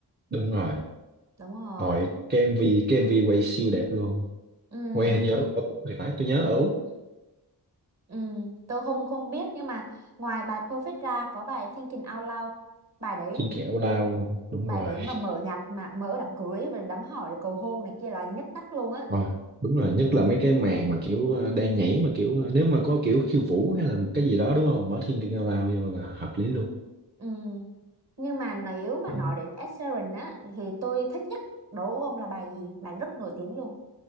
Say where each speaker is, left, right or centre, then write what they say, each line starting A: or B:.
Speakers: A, on the right; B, on the right.
A: đúng rồi
B: đúng rồi
A: hồi cái MV cái MV quay siêu đẹp luôn
B: ừ
A: quay hình như ở Úc thì phải tôi nhớ ở Úc
B: ừ tôi không không biết nhưng mà ngoài bài Perfect ra có bài Thinking Out Loud bài đấy
A: trên kẹo lao đúng
B: bài
A: rồi
B: đấy mà mở nhạc mà mở đám cưới và đám hỏi rồi cầu hôn này kia là nhất đắt luôn á
A: Ờ, đúng rồi nhất là mấy cái màn mà kiểu ờ, đang nhảy mà kiểu ờ, nếu mà có kiểu khiêu vũ hay là cái gì đó đúng không mở thiên cao lao vô là hợp lý luôn
B: Ừ. Nhưng mà nếu mà
A: Ờ,
B: nói đến Ed Sheeran á thì tôi thích nhất đối với ông là bài gì? Bài rất nổi tiếng luôn.